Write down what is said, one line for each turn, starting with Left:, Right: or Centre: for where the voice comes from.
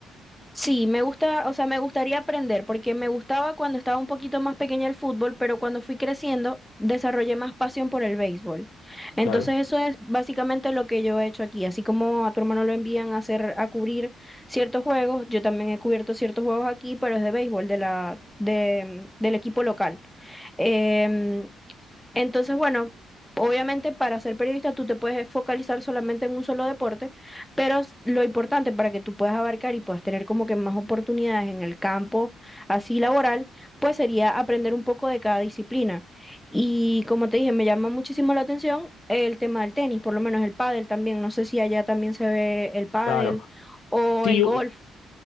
Centre: Sí, me gusta, o sea, me gustaría aprender, porque me gustaba cuando estaba un poquito más pequeña el fútbol, pero cuando fui creciendo desarrollé más pasión por el béisbol. Entonces
Left: Claro,
Centre: eso es básicamente lo que yo he hecho aquí. Así como a tu hermano lo envían a hacer, a cubrir ciertos juegos, yo también he cubierto ciertos juegos aquí, pero es de béisbol, de la, de, del equipo local. Em, Entonces, bueno, obviamente para ser periodista tú te puedes focalizar solamente en un solo deporte, pero s- lo importante para que tú puedas abarcar y puedas tener como que más oportunidades en el campo así laboral, pues sería aprender un poco de cada disciplina. Y como te dije, me llama muchísimo la atención el tema del tenis, por lo menos el pádel también. No sé si allá también se ve el pádel
Left: claro.
Centre: o
Left: Sí,
Centre: el golf.